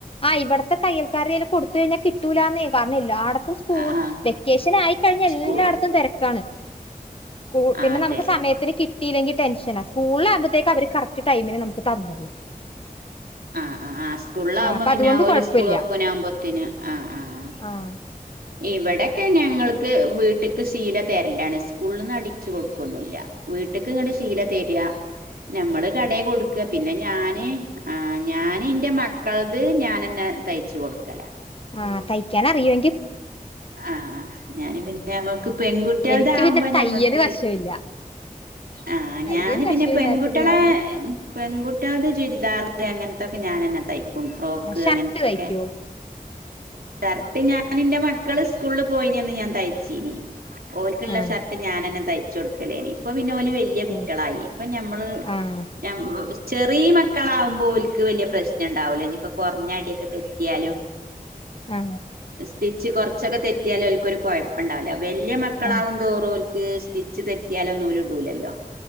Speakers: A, on the left; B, on the right.
A: ആ ഇവിട്ത്തെ തയ്യൽക്കാര് <unintelligible> കൊടുത്ത കഴിഞ്ഞാ കിട്ടൂല ന്നെ കാരണം എല്ലാ ഇപ്പം സ്കൂ
B: ആ ആ
A: വെക്കേഷനായിക്കഴിഞ്ഞ എല്ലാടത്തും
B: സ്കൂൾ
A: തെരക്കാണ് സ്കൂ
B: ആ
A: പിന്നെ
B: അതെ
A: നമുക്ക് സമയത്തിന് കിട്ടിയില്ലെങ്കി ടെൻഷന സ്കൂളിലാകുമ്പോത്തേക്ക് അവര് കറക്ട് ടൈമിന് നമ്മക്ക് തന്നോളും
B: ആ ആ ആ സ്കൂളാകുമ്പോ
A: ആ അപ്പൊ
B: പിന്ന
A: അതുകൊണ്ട്
B: ഓല്
A: കുഴപ്പമില്ല
B: സ്കൂളൊർക്കാനാവുമ്പോതിന് ആ ആ ആ
A: ആഹ്
B: ഇവിടെക്കെ ഞങ്ങൾക്ക് വീട്ട്ക്ക് സീല തര്ലാണ് സ്കൂൾന്ന് അടിച്ച് കൊട്ക്കൊന്നുല്ല വീട്ട്ക്ക് ങ്ങട് ശീല തരാ നമ്മള് കടെ കൊട്ക്ക പിന്നെ ഞാന് ആ ഞാന് ന്റെ മക്കൾത് ഞാനെന്നെ തയ്ച്ച് കൊട്ക്കല
A: ആ തയ്ക്കാനറിയോ
B: ആ ഞാന് പിന്നെ ഞമ്മക്ക് പെൺകുട്ട്യെൾ
A: എനിക്ക്
B: താവുമ്പോ
A: പിന്നെ തയ്യല്
B: ഞമ്മക്ക്
A: വശമില്ല
B: ആ
A: തയ്യല്
B: ഞാന്
A: വശമില്ലാത്തത്
B: പിന്നെ പെൺകുട്ട്യെളെ
A: കാരണം
B: പെൺകുട്ട്യെൾത് ചുരിദാർ അങ്ങ ത്തൊക്ക ഞനെന്നെ തയ് ക്കും ഫ്രോക്ക്
A: ഷർട്ട്
B: അങ്ങൻത്തൊക്കെ
A: തയ്ക്കുവോ
B: ഷർട്ട് ഞാൻ ന്റെ മക്കള് സ്കൂൾല് പോയിന്യന്ന് ഞാൻ തയ്ച്ചീനി ഓൽക്ക്ള്ള
A: ആഹ്
B: ഷർട്ട് ഞാനെന്നെ തയ് ച്ചൊട്ക്കലേനി ഇപ്പ പിന്നെ വല്യ കുട്ട്യെളായി
A: ഓ
B: ഇപ്പ നമ്മള്
A: ആഹ്
B: ഞം സ് ചെറീ മക്കളാവുമ്പോൽക്ക് വെല്ല്യ പ്രശ്നണ്ടാവൂല ഞ്‌പ്പം കൊർഞ്ഞ അടിയൊക്കെ തെറ്റ്യാലും
A: ആ
B: സ്റ്റിച്ച് കൊർച്ചൊക്കെ തെറ്റ്യാല് ഓൽക്കൊരു കൊയപ്പണ്ടാവൂല വല്യ മക്കളാവുതോറും
A: ആഹ്
B: ഓൽ ക്ക് സ്റ്റിച്ച് തെറ്റ്യാലൊന്നും ഓല് ഇടൂലല്ലോ